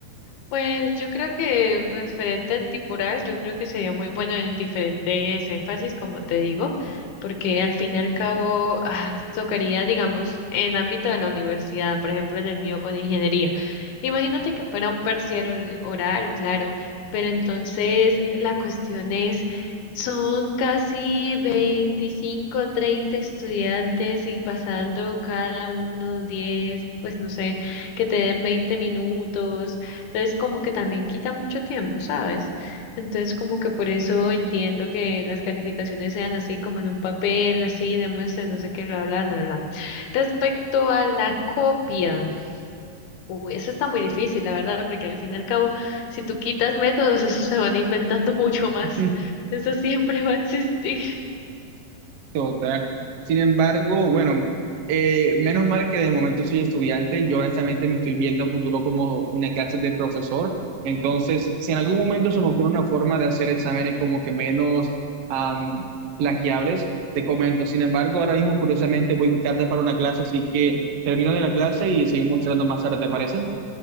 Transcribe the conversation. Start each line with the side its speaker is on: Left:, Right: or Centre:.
Left: Pues yo creo que referente al tipural, yo creo que sería muy bueno en diferentes énfasis, como te digo, porque al fin y al cabo ah, tocaría, digamos, en ámbito de la universidad, por ejemplo, en el mío con ingeniería. Imagínate que fuera un parcial or- oral, claro, pero entonces la cuestión es, son casi 25 30 estudiantes y pasando cada uno 10 pues no sé, que te den 20 minutos. Entonces, como que también quita mucho tiempo, ¿sabes? Entonces, como que por eso entiendo que las calificaciones sean así, como en un papel, así, demuestre, no sé qué, lo hablan, bla, bla. bla. Respecto a la copia, uy, eso está muy difícil, la verdad, porque al fin y al cabo, si tú quitas métodos, esos se van inventando <laughs> mucho más.
Right: <laughs>
Left: Eso siempre va a existir.
Right: Total. Sin embargo, bueno, eh, menos mal que de momento soy estudiante. Yo honestamente me estoy viendo futuro como una clase de profesor. Entonces, si en algún momento se me ocurre una forma de hacer exámenes como que menos am, plagiables, te comento. Sin embargo, ahora mismo curiosamente voy tarde para una clase, así que termino de la clase y seguimos charlando más tarde, ¿te parece?